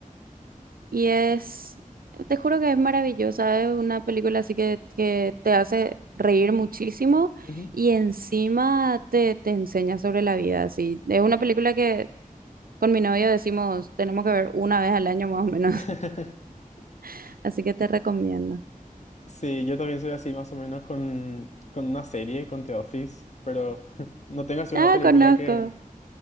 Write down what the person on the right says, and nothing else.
Y es, te juro que es maravillosa, es una película así que, que te hace reír muchísimo
y encima te, te enseña sobre la vida. Así. Es una película que con mi novio decimos tenemos que ver una vez al año más o menos,
<laughs> así que te recomiendo.
Ah,
conozco.